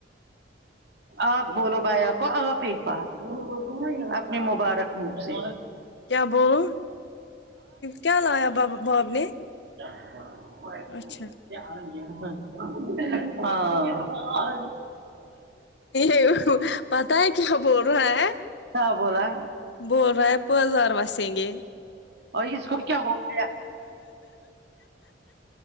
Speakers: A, on the right (about 65°); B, on the left (about 70°).
A: آپ بولو بھیا کو آپ ایک بات اپنے مبارک منہ سے
B: کیا بولو کیا لایا بابا باپ نے
A: ہمم
B: اچھا
A: ہاں
B: یے پتہ ہے کیا بول رہا ہے
A: کیا بولا
B: بول رہا ہے پزار واسیں گے
A: اور اس کو کیا ہو گیا